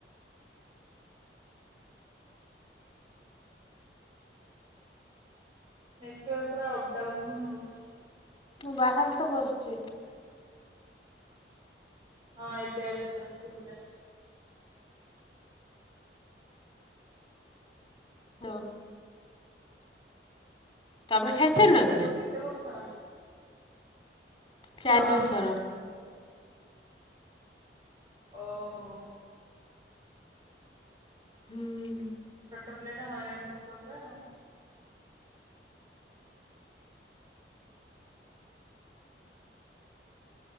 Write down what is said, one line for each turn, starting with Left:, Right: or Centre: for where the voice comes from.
Right: ନେଟୱାର୍କ ପୁରା ଅପ ଡାଉନ ହିଁ ହଉଛି।
Left: ମୁଁ ବାହାରେ ତ ବସିଚି।
Right: ହଁ ଏବେ ଆସିଲା ଶୁବିଲା।
Left: ଲୋ ତମେ ଖାଇସାରିଲଣି
Right: ତମ ପୁଅ
Left: ନା
Right: କେତେ ବର୍ଷର?
Left: ଚାରି
Right: ହଁ
Left: ମାସର
Right: ମୁଁ ଖାଇ ସାଇଲିଣି। ଓହୋ।
Left: ହୁଁ।
Right: ଛୋଟ ପିଲା ଟା ହଇରାଣ କରୁଥିବା ପୁରା ଆଉ